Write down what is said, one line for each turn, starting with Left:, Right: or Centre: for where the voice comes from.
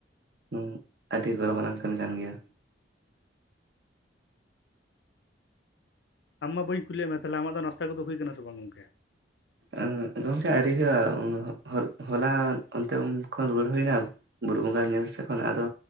Right: ᱦᱩᱸᱜ ᱟᱹᱰᱤ ᱜᱚᱨᱚᱵᱟᱱᱟᱝ ᱠᱟᱹᱢᱤ ᱠᱟᱱ ᱜᱮᱭᱟ᱾
Left: ᱦᱳᱭ ᱟᱢ ᱢᱟ ᱵᱟᱹᱧ ᱠᱩᱞᱤᱭᱮᱜ ᱢᱮ ᱛᱟᱦᱚᱞᱮ ᱟᱢᱟᱜ ᱫᱚ ᱱᱟᱥᱛᱟ ᱠᱚᱫᱚ ᱦᱩᱭ ᱠᱟᱱᱟ ᱥᱮ ᱵᱟᱝ ᱜᱚᱝᱠᱮ?
Right: ᱚᱸᱜ ᱜᱚᱝᱠᱮ ᱟᱹᱣᱨᱤ ᱦᱩᱭᱩᱜᱼᱟ, ᱦᱚᱜ ᱦᱚᱞᱟ ᱚᱱᱛᱮ ᱩᱱ ᱠᱷᱚᱱ ᱨᱩᱣᱟᱹᱲ ᱦᱩᱭᱱᱟ ᱵᱩᱨᱩ ᱵᱚᱸᱜᱟ ᱧᱮᱞ ᱥᱮᱜ ᱠᱷᱚᱱᱟᱜ ᱟᱫᱚ